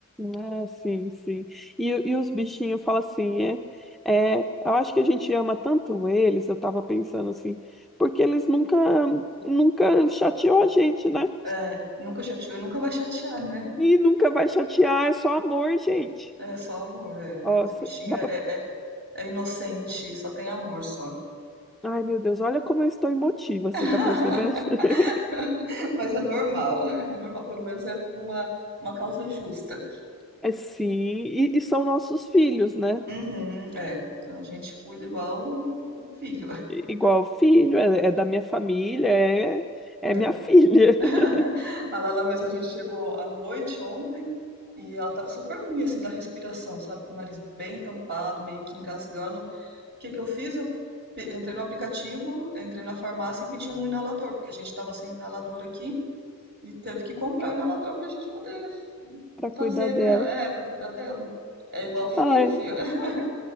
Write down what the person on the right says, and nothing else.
É, nunca chateou e nunca vai chatear, né?
É só amor, é.
Os
bichinhos
é,
é, é inocente, só tem amor, só.
<laughs>
<laughs> Mas é normal, é normal, pelo menos é por uma, uma causa justa.
Uhum, é, a gente cuida igual, igual um filho.
É.
<laughs> A
Lala mesmo, a gente chegou à noite ontem e ela tava super ruim, assim, da respiração, sabe? Com o nariz bem tampado, meio que engasgando. O que que eu fiz? Eu pe- entrei no aplicativo, entrei na farmácia e pedi um inalador, porque a gente tava sem inalador aqui. E teve que comprar inalador pra gente poder
fazer
nela. É, pra cuidar dela. É igual filho,
filha. <laughs>